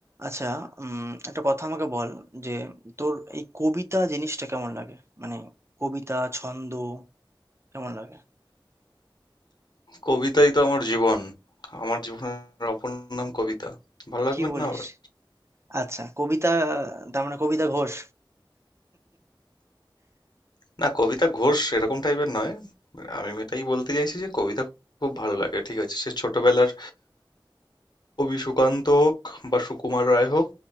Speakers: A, on the right; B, on the left.
A: আচ্ছা উম একটা কথা আমাকে বল যে তোর এই কবিতা জিনিসটা কেমন লাগে মানে কবিতা ছন্দ কেমন লাগে
B: কবিতাই তো আমার জীবন আমার জীবনের অপর নাম কবিতা ভালো লাগবে
A: কি বলিস
B: না আবার
A: আচ্ছা কবিতা তার মানে কবিতা ঘোষ
B: না কবিতা ঘোষ এরকম টাইপের নয় আমি এটাই বলতে চাইছি যে কবিতা খুব ভালো লাগে ঠিক আছে সে ছোটবেলার কবি সুকান্ত হোক বা সুকুমার রায় হোক